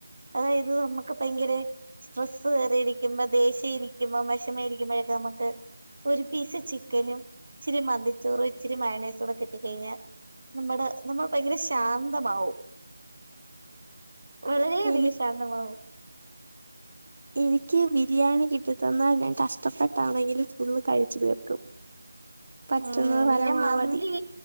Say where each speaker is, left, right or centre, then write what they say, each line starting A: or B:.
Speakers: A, on the right (about 75°); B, on the right (about 60°).
A: അതായത് നമ്മക്ക് ഭയങ്കരേ സ്ട്രെസ്സ് കേറി ഇരിക്കുമ്പോ ദേഷ്യം ഇരിക്കുമ്പോ വിഷമ ഇരിക്കുമ്പോഴൊക്കെ നമുക്ക് ഒരു പീസ് ചി - ത്തെനും ഇച്ചിരി മന്തിച്ചോറും ഇച്ചിരി മയൊണയിസും കൂടി കിട്ടികഴിഞ്ഞാൽ- നമ്മടെ നമ്മള് ഭയങ്കര ശാന്തമാവും വളരെയധികം
B: എനി
A: ശാന്ത- <unintelligible>
B: എനിക്ക് ബിരിയാണി കിട്ടി തന്നാൽ ഞാൻ കഷ്ടപ്പെട്ടാണെങ്കിലും ഫുള്ള് കഴിച്ച് തീർക്കും പറ്റുന്നത്
A: ഉം
B: പരമാവധി
A: ഞാൻ മന്തി